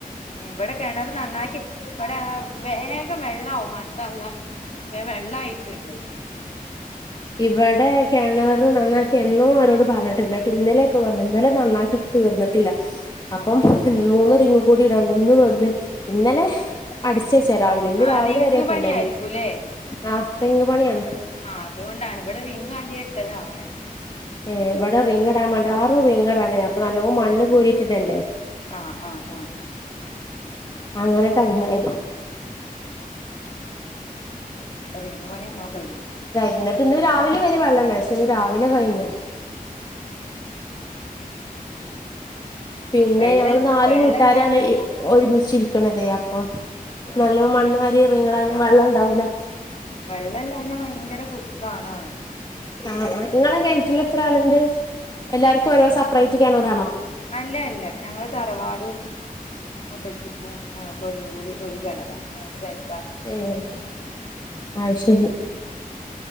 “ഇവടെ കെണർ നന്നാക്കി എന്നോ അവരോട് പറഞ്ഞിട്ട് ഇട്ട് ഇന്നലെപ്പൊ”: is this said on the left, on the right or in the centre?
Left